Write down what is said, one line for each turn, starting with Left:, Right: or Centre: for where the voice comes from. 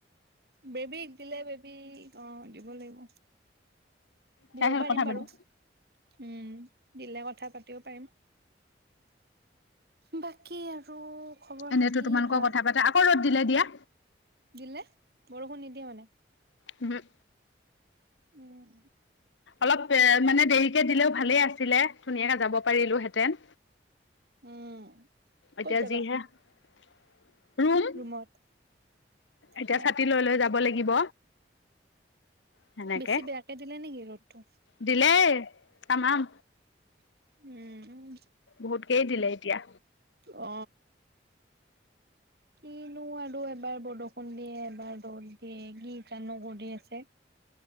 Right: বেবীক দিলে বেবী অ দিব লাগিব। দিব
Left: তাই লগত
Right: পাৰিম
Left: কথা
Right: বাৰু
Left: পাতি
Right: উম দিলে কথা পাতিব পাৰিম। বাকী আৰু খবৰ খাতি
Left: এনেইতো তোমালোকৰ
Right: ভাল
Left: কথা পাতে। আকৌ ৰ'দ দিলে দিয়া।
Right: দিলে। বৰষুণ নিদিয়ে মানে
Left: ওহোঁ
Right: উম
Left: অলপ এ মানে দেৰিকে দিলেওঁ ভালেই আছিলে। ধুনীয়াকে যাব পাৰিলোহেঁতেন।
Right: উম ক'ত
Left: এতিয়া
Right: যাবা
Left: যি হে--ৰুম
Right: ৰুমত
Left: এতিয়া
Right: অ
Left: ছাতি লৈ লৈ যাব লাগি গিব। সেনেকে।
Right: বেছি বেয়াকে দিলে নেকি ৰ'দটো
Left: দিলেই তামাম
Right: উম উম
Left: বহুতকেই দিলে এতিয়া।
Right: অ কিনো আৰু এবাৰ বৰষুণ দিয়ে এবাৰ ৰ'দ দিয়ে কি জানো কৰি আছে?